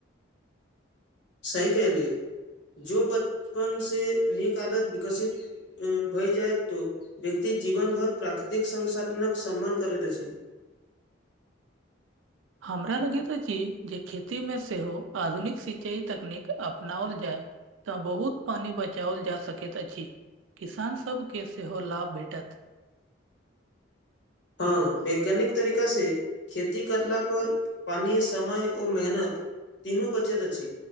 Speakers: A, on the left; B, on the right.
A: सही कहलिय जो बचपन से नीक आदत विकसित। भय जाय तो व्यक्ति जीवन भर प्राकृतिक संसाधन के सम्मान करैत अछि।
B: हमरा लगैत अछि, जे खेतीमे सेहो आधुनिकऽ सिंचाई तकनीक अपनाओल जाय। तऽ बहुत पानि बचाओल जा सकैत अछि, किसान सभके सेहो लाभ भेटत।
A: हू वैज्ञानिक तरीका से। खेती करला पर पानि समय ओ मेहनत। तीनू बचैत अछि,